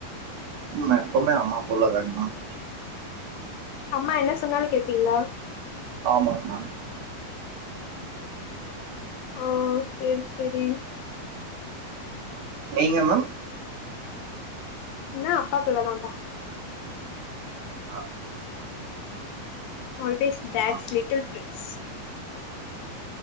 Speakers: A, on the right (about 65°); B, on the left (about 80°).
A: உம் எப்பவுமே அம்மா புள்ளதாங்க மேம்
B: அம்மா என்ன சொன்னாலு கேப்பீங்ளா
A: ஆமாங்க மேம்
B: ஆஹ் சேரி செரி
A: நீங்க மேம்
B: நா அப்பா புள்ள தாம்ப்பா
A: ஆஹ் <inaudible>
B: always dad's
A: a
B: little prince